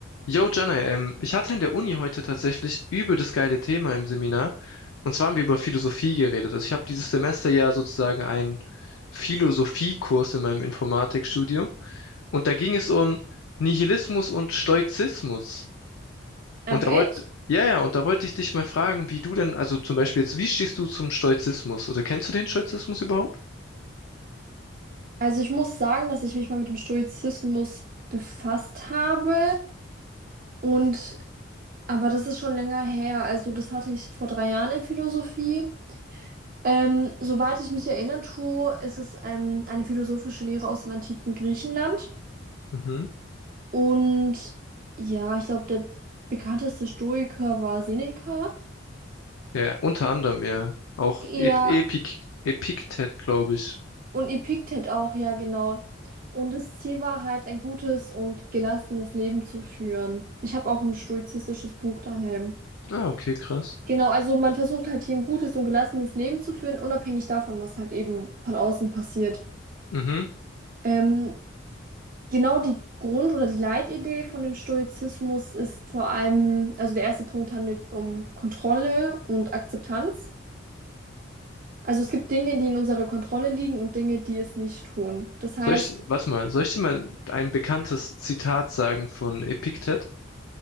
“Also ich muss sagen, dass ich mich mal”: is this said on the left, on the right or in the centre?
Right